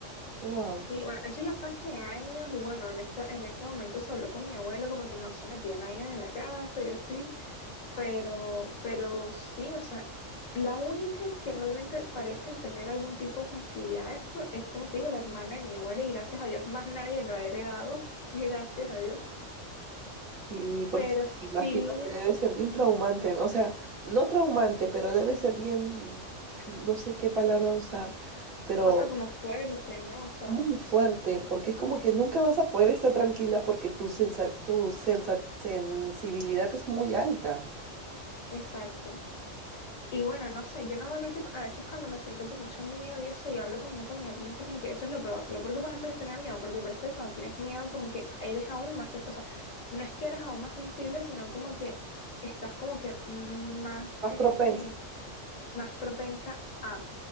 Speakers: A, on the right; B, on the left.
A: Wow.
B: Y bueno, eso ya fue hace años y bueno, en esa, en ese momento se habló con mi abuelo como que no se metía nadie en la casa y así. Pero, pero sí, o sea, la única que realmente parece tener algún tipo de sensibilidad a esto es, como te digo, la hermana de mi abuela y gracias a Dios más nadie lo ha heredado, <laughs> gracias a Dios.
A: Y porque
B: Pero sí,
A: imagino que debe ser bien traumante, ¿no? o sea, no traumante, pero debe ser bien, no sé qué palabra usar, pero
B: o sea, como fuerte, ¿no? O sea,
A: Muy fuerte, porque es como que nunca vas a poder estar tranquila porque tu, sensa- tu sensa- sensibilidad es muy alta,
B: exacto. Y bueno, no sé, yo normalmente cu- a veces cuando me siento con mucho miedo y eso y hablo con mi papá, mi papá me dice como que eso es lo peor, lo peor que puedes hacer es tener miedo, porque parece que cuando tienes miedo como que eres aún más, sen- o sea, no es que eres aún más sensible, sino como que estás como que más,
A: más
B: este,
A: propensa
B: más propensa a,